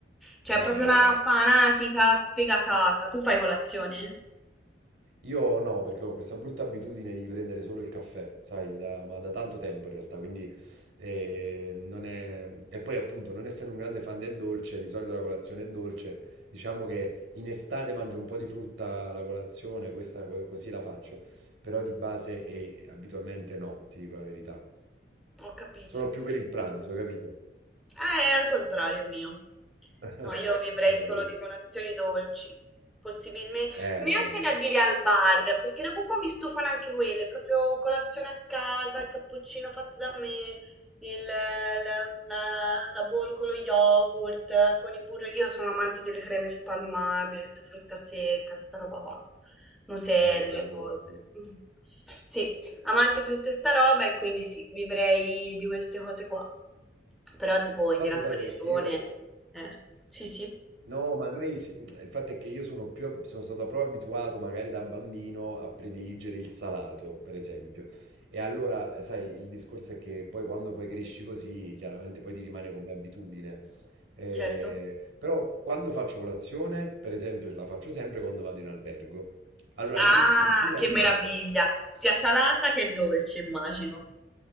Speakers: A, in the centre; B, on the right (about 80°).
A: Cioè,
B: Ah,
A: è proprio
B: ecco.
A: una fanatica sfegatata. Tu fai colazione?
B: Io no, perché ho questa brutta abitudine di prendere solo il caffè, sai, da, ma da tanto tempo in realtà, quindi eh, non è... E poi appunto, non essendo un grande fan del dolce, di solito la colazione è dolce, diciamo che in estate mangio un po' di frutta alla colazione, questa co- così la faccio, però di base e abitualmente no, ti dico la verità.
A: Ho capito.
B: Sono più per il pranzo, capito?
A: Eh, è al contrario mio.
B: <laughs>
A: No, io vivrei
B: Vabbè,
A: solo
B: vedi.
A: di colazioni dolci, possibilmente
B: Eh,
A: neanche
B: no, no,
A: da dire al bar, perché dopo un po' mi stufano anche quelle, proprio colazione a casa, il cappuccino fatto da me, il- la, la, la bowl con lo yogurt, con il burro. Io sono amante delle creme spalmabili, frutta secca, sta roba qua, nutelle,
B: eh, no, sono buono,
A: cose.
B: sì. Il
A: Mm. Sì, amante di tutta sta roba e quindi sì, vivrei di queste cose qua. Però tipo nella
B: fatto, sai,
A: tua regione.
B: qual è che io...
A: Eh, sì, sì,
B: No, ma noi, si- mhmm, il fatto è che io sono più, ab- sono stato proprio abituato, magari da bambino, a prediligere il salato, per esempio. E allora, eh, sai, il discorso è che poi quando poi cresci così, chiaramente poi ti rimane come abitudine. Eh,
A: certo.
B: però quando faccio colazione, per esempio, la faccio sempre quando vado in albergo. Allora
A: Ah,
B: lì sicuramente,
A: che meraviglia! Sia salata che dolce, immagino.